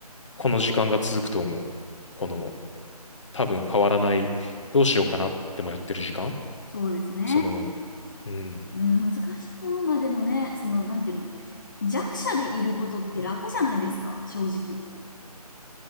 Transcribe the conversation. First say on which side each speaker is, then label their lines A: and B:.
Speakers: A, on the left; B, on the left.
A: この時間が続くと思う。この、多分変わらない、どうしようかなってもやってる時間
B: そうですね。
A: その、うん、
B: うん、難しいな。まあ、でもね、その、なんていうの、弱者でいることって楽じゃないですか、
A: うん
B: 正直。